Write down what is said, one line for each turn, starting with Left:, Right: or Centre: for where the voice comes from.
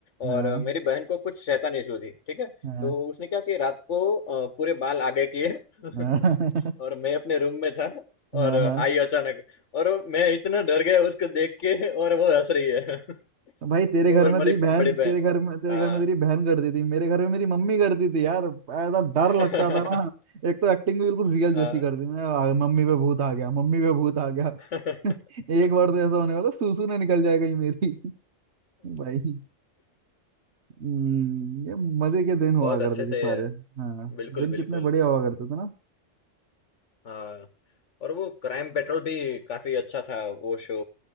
Left: और
Right: हाँ
Left: अ, मेरी बहन को कुछ शैतान इशू थी ठीक है
Right: हाँ
Left: तो उसने क्या किया रात को अ, पूरे बाल आगे किए <laughs>
Right: हाँ
Left: और मैं अपने रूम में था
Right: <laughs> हाँ
Left: और अ,
Right: हाँ
Left: आई अचानक और वो- मैं इतना डर गया उसको देख के और वो हंस रही है <laughs>
Right: भाई तेरे
Left: वो
Right: घर
Left: और
Right: में
Left: मेरी
Right: तेरी बहन
Left: बड़ी
Right: तेरे
Left: बहन
Right: घर में तेरे
Left: हाँ
Right: घर में तेरी बहन करती थी मेरे घर में मेरी मम्मी करती थी यार ऐसा डर
Left: <laughs>
Right: लगता था ना एक तो एक्टिंग भी बिल्कुल रियल जैसी
Left: हाँ
Right: करती थी मैं आ, मम्मी पे भूत आ गया मम्मी पे भूत आ गया
Left: <laughs>
Right: एक बार तो ऐसा होने वाला सूसू ना निकल जाए कहीं मेरी भाई हम्म, ये मजे के दिन हुआ
Left: बहुत
Right: करते
Left: अच्छे
Right: थे
Left: थे
Right: सारे
Left: ये
Right: हाँ
Left: बिल्कुल
Right: दिन कितने
Left: बिल्कुल
Right: बढ़िया हुआ करते थे ना
Left: हाँ और वो क्राइम पेट्रोल भी काफी अच्छा था वो शो